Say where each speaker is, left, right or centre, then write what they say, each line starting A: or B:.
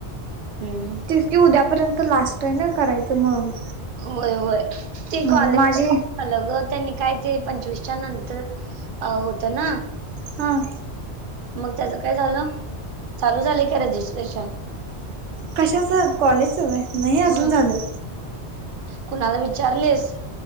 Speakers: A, on the right (about 55°); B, on the right (about 80°).
A: हम्म
B: तिचं की उद्यापर्यंत लास्ट कय नय करायचं मग
A: होय होय ते
B: म्हणून
A: कॉलेज
B: माझी
A: आलं बघ त्यांनी काय ते पंचवीसच्या नंतर अ होत ना
B: हां
A: मग त्याच काय झालं चालू झालंय का रजिस्ट्रेशन?
B: कशाच कॉलेज व्हय नही अजून
A: हम्म
B: झालं.
A: कुणाला विचारलेस